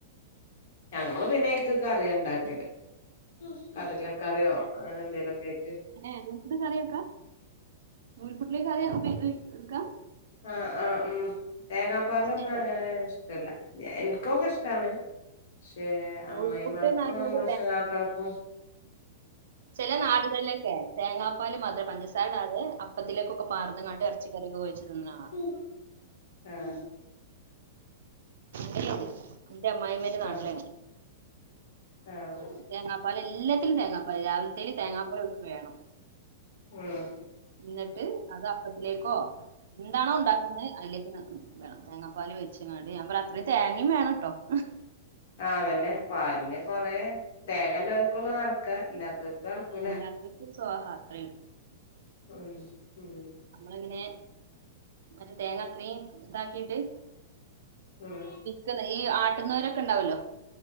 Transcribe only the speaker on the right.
ഏ.
എന്ത് കറിയെക്കാ നൂൽപുട്ട്ലേക്ക് കറിയാ ഉപയോക്യാ
ഏ
നൂൽപുട്ട്ന്ന്
പറയുന്നത്
ചെല നാട്കൾളെക്കെ തേങ്ങാപാല് മാത്രംപഞ്ചസാരെക്കെ അതെ അപ്പത്തിലേക്കൊക്കെപാർന്ന്ങ്ങാട് എർച്ചിക്കറിയൊക്കെഒഴിച്തിന്നാണ്
ണ്ടെഅത് ന്റെ അമ്മായിമ്മന്റെ നാട്ടിലങ്ങെന
തേങ്ങാപ്പാല് എല്ലത്തിലും തേങ്ങാപ്പാല് രാവിൽതേല് തേങ്ങാപ്പാല്ലോക്ക് വേണം
ന്ന്ട്ട് അത് അപ്പത്തിലേക്കോ ന്താണോണ്ടാക്കുന്നേ അയിലേക്ക് നിർ വേണം തേങ്ങാപാല് വെച്ച്ങ്ങാണ്ട് ഞാപറ അത്രയും തേങ്ങിവേണട്ടോ ഹ്
അല്ലാതോർക്ക് സ്വാഹാ അത്രേള്ളൂ
അമ്മളിങ്ങനെ മറ്റേതേങ്ങ അത്രീ താക്കിട്ട്
ക്ക്‌ണ് ഈ ആട്ടുന്നൊരൊക്കെ ണ്ടാവല്ലോ